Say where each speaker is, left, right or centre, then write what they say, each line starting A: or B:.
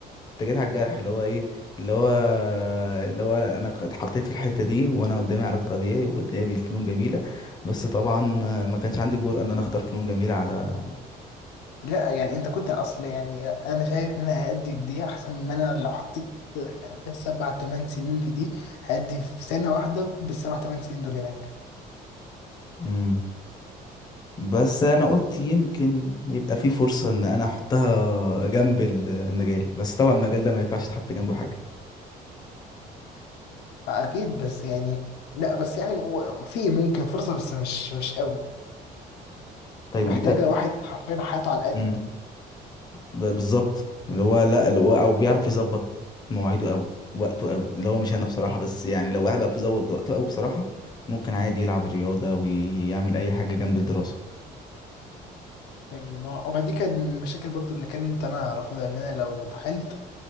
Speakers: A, on the left (about 25°); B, on the left (about 85°).
A: انت جيت على الجرح اللي هو ايه اللي هو اللي هو انا اتحطيت في الحته دي وانا قدامي علاج طبيعي وقدامي الفنون جميله بس طبعا ما كانش عندي الجرأه ان انا اختار فنون جميله على
B: لا يعني انت كنت اصل يعني انا شايف ان انا هأدي في دي احسن ما انا لو حطيت سبع تمن سنين في دي هأدي في سنة واحدة بالسبع تمن سنين دول هناك
A: مم. بس انا قلت يمكن يبقى في فرصة ان انا احطها جنب المجال بس طبعا المجال ده ما ينفعش تحط جنبه حاجة
B: اكيد بس يعني لا بس يعني مو- في ممكن فرصة بس مش مش قوي
A: طيب
B: محتاجة
A: انت
B: واحد حرفيا حياته على القد
A: امم ب- بالظبط اللي هو لا اللي هو او بيعرف يظبط مواعيده قوي وقته قوي اللي هو مش انا بصراحة بس يعني لو واحد بقى بيظبط وقته قوي بصراحة ممكن عادي يلعب رياضة ويعمل اي حاجة جنب الدراسة
B: يعني ما ما دي كان من المشاكل برضو اللي كانت انا رافضها ان انا لو دخلت